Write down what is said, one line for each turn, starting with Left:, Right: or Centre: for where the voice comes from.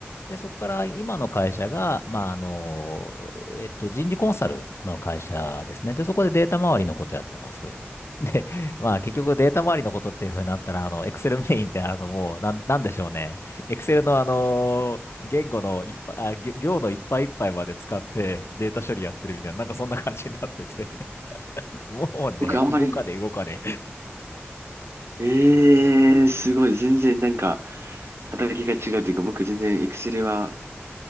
Left: で、そこから今の会社が、まあ、あの、えっと、人事コンサルの会社ですね。で、そこでデータ周りのことやってます。で、まあ、結局データ周りのことっていうふうになったら、あの、Excel メインって、あの、もう、なん、なんでしょうね。Excel の、あの、言語のいっぱい、あ、ぎょ行のいっぱいいっぱいまで使ってデータ処理やってるみたいな、なんかそんな感じになってて、<laughs> もうね、
Right: 僕あんまり、
Left: 動かね、動かね。
Right: ええすごい。全然なんか、働きが違うというか、僕全然 Excel は